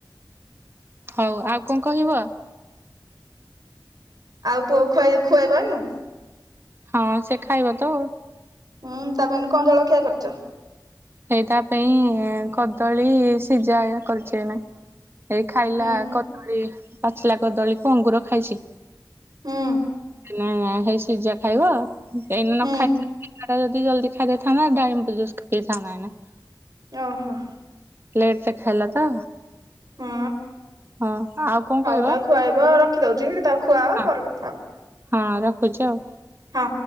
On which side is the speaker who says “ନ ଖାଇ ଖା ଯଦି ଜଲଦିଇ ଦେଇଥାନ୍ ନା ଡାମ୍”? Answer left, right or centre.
Right